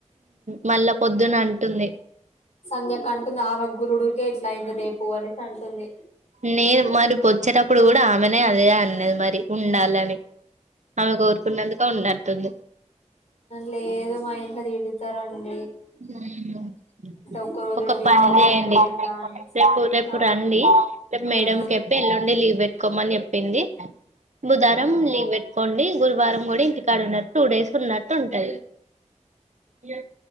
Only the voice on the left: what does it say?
సంధ్య కంటూ నాలుగగులుడుకే ఇట్ల అయింది దేపు అని డి
లేదో మా ఇంట్లో తిడుతారుండి
ఒక్క రోజు
కూడా వీక్
ఆఫ్
లేకుంటే ఎట్లా అని
ఆ
ఆ
ఆ